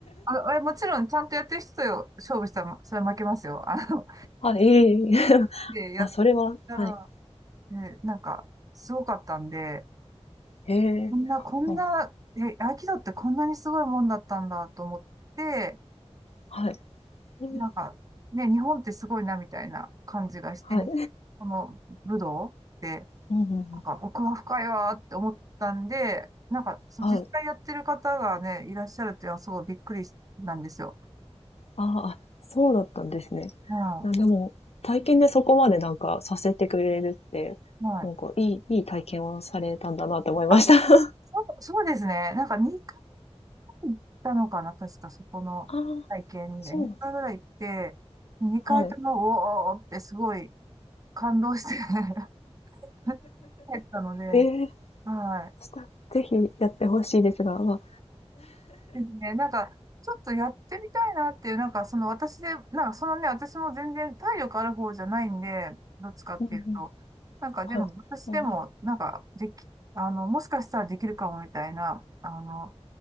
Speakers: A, on the right (about 35°); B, on the left (about 70°).
A: あの、あれもちろんちゃんとやってる人と勝負したら、それは負けますよ。あの、
B: はい、ええええ。<laughs>
A: で、やっ
B: ま、それははい。
A: たら、ね、なんか、すごかったんで、
B: へえ、
A: こんな、こんな、
B: あ、
A: え、合気道ってこんなにすごいもんだったんだと思って、
B: はい。うん、
A: なんか、ね、日本ってすごいなみたいな感じがして、
B: はい。
A: この武道って、
B: うんうんうん。
A: なんか奥が深いわーって思ったんで、なんか、その実際やってる方がね、
B: はい。
A: いらっしゃるっていうのはすごいびっくりなんですよ。
B: ああ、あ、そうだったんですね。
A: うん。
B: なでも、体験でそこまでなんかさせてくれるって、
A: はい。
B: なんかいいいい体験をされたんだなって思いました。
A: あ、そう、そうですね。なんか2回行ったのかな、確かそこの体験に。
B: ああ、そうなんです
A: 2回ぐらい行って、2回とも、
B: はい。
A: おーおーってすごい感動して <laughs> 帰ったので、
B: ええ、
A: はい。
B: した、ぜひやって欲しいですが、ま、
A: ですね。なんか、ちょっとやってみたいなっていう、なんかその私で、なんかそのね、私も全然体力ある方じゃないんで、どっちかっていうと。
B: うんうん。
A: なんかでも、
B: はい。
A: 私でも、
B: あの、
A: なんか、でき、あの、もしかしたらできるかもみたいな、あの、